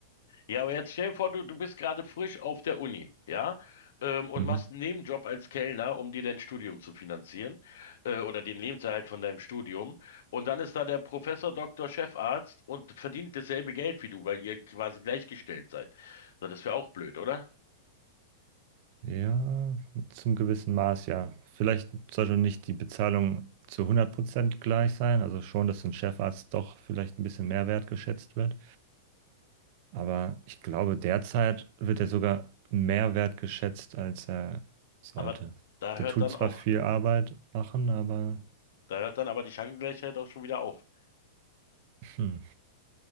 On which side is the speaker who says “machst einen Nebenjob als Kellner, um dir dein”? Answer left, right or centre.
Left